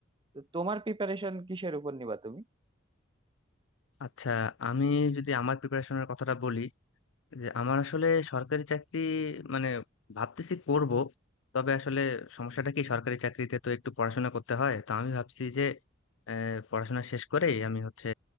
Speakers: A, on the right (about 25°); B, on the left (about 70°).
A: তো তোমার প্রিপারেশন কিসের উপর নিবা তুমি
B: আচ্ছা আমি যদি আমার প্রিপারেশনের কথাটা বলি যে আমার আসলে সরকারি চাকরি মানে ভাবতেছি করব তবে আসলে সমস্যাটা কি সরকারি চাকরিতে তো একটু পড়াশোনা করতে হয় তো আমি ভাবছি যে আহ, পড়াশোনা শেষ করেই আমি হচ্ছে